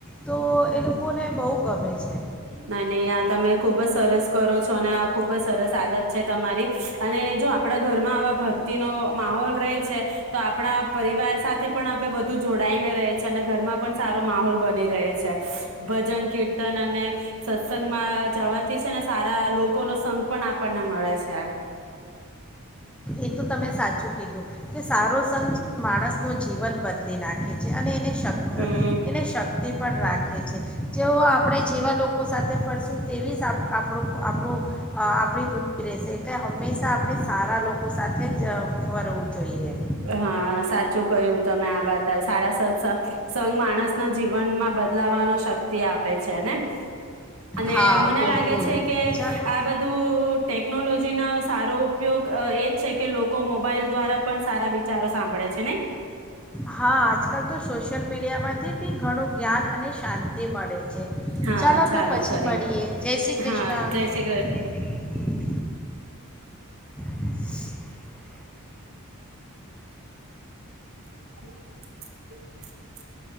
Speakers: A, in the centre; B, on the right (about 70°).
A: તો એ લોકોને બહુ ગમે છે
B: ના નહી આ તમે ખુબ જ સરસ કરો છો અને આ ખુબ જ સરસ આદત છે તમારી અને જો આપડા ઘરમાં આવા ભક્તિ નો માહોલ રહે છે તો આપણા પરિવાર સાથે પણ આપે વધુ જોડાઈને રહે છે, અને ઘરમાં પણ સારો માહોલ બની રહે છે, ભજન કીર્ત ન અને સત્સંગમાં જવાથી છે ને સારા લોકો નો સંઘ પણ આપણને મળે છે.
A: એ તો તમે સાચું કીધું કે સારો સ માણસ નું જીવન બદલી ના ખે છે અને શક્ત
B: હમ
A: ને શક્તિ પણ રાખે છે. જેઓ આપણે જેવા લોકો સાથે ફરશું તેવી જ આપણે આપડું અ આપણી બૂ રહેશે એટલે હંમેશા આપણે સારા લોક સાથે જ ફરવું. જોઈએ
B: હા સાચું કય્યું તમે આ વાત સારા સત્સગ સંગ માણસ નાજ જીવનમાં બદલાવાનો શક્તિ આપે છે ને અને
A: હા
B: મને
A: બિલકુલ
B: લાગે છે, કે
A: ચાલો
B: આ બધું ટેકનોલોજીનો સારો ઉપયોગ એજ છે, કે લોકો મોબાઈલ દ્વારા પન વિચારો સાંભળે છે ને.
A: હા આજકાલ તો સોશિયલ મીડિયામાંથી બી ઘણું જ્ઞાન અને શાંતિ મળે છે,
B: હા
A: ચાલો તો પછી
B: ફરી
A: મળીએ જય શ્રી કૃષ્ણ.
B: હા જય શ્રી
A: <unintelligible>
B: <unintelligible>